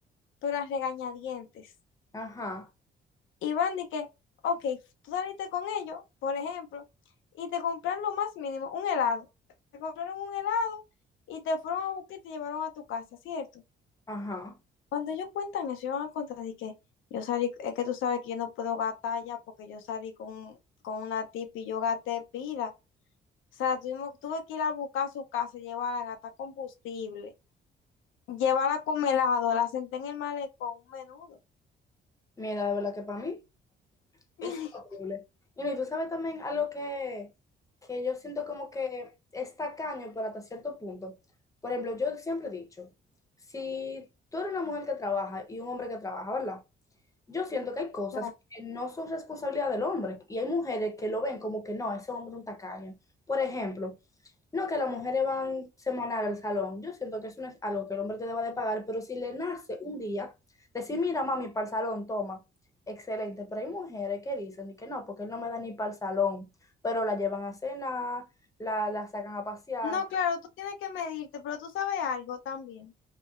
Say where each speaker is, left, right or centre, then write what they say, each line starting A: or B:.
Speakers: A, on the left; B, on the left.
A: pero a regañadientes.
B: Ajá,
A: Y van de que, ok, tú saliste con ellos, por ejemplo, y te compraron lo más mínimo, un helado. Te compraron un helado y te fueron a buscar y te llevaron a tu casa, ¿cierto?
B: ajá.
A: Cuando ellos cuentan eso, ellos van a contar de que yo salí, es que tú sabes que yo no puedo gastar ya porque yo salí con, con una tipa y yo gasté pila. O sea, tuvimos, tuve que ir a buscar a su casa, llevarla, gastar combustible. Lleva la congelado, la senté en el malecón, un menudo.
B: Mira, de verdad que para mí
A: <laughs>
B: es horrible. Y no, y tú sabes también algo que, que yo siento como que es tacaño, pero hasta cierto punto. Por ejemplo, yo siempre he dicho, si tú eres una mujer que trabaja y un hombre que trabaja, ¿verdad? Yo siento que hay cosas
A: Claro.
B: que no son responsabilidad del hombre y hay mujeres que lo ven como que no, ese hombre es un tacaño. Por ejemplo, no que las mujeres van semanal al salón. Yo siento que eso no es algo que el hombre te deba de pagar, pero si le nace un día, decir, mira, mami, para el salón, toma. Excelente, pero hay mujeres que dicen de que no, porque él no me da ni para el salón, pero la llevan a cenar, la, la sacan a pasear.
A: No, claro, tú tienes que medirte, pero tú sabes algo también,